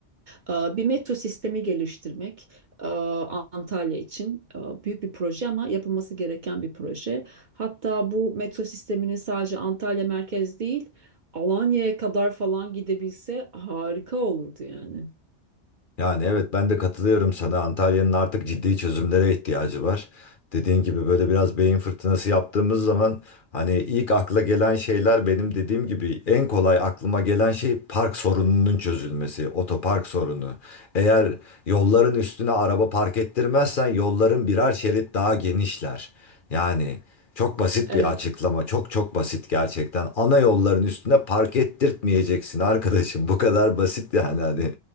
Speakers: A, on the right; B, on the left.
A: Aa, bir metro sistemi geliştirmek. Aa, Antalya için Aa, büyük bir proje ama yapılması gereken bir proje. Hatta bu metro sistemini sadece Antalya merkez değil, Alanya'ya kadar falan gidebilse harika olurdu yani.
B: Yani evet ben de katılıyorum sana. Antalya'nın artık ciddi çözümlere ihtiyacı var. Dediğin gibi böyle biraz beyin fırtınası yaptığımız zaman hani ilk akla gelen şeyler benim dediğim gibi en kolay aklıma gelen şey park sorununun çözülmesi, otopark sorunu. Eğer yolların üstüne araba park ettirmezsen yolların birer şerit daha genişler. Yani çok basit
A: Evet,
B: bir açıklama. Çok çok basit gerçekten. Ana yolların üstüne park ettirtmeyeceksin arkadaşım. Bu kadar basit yani hani.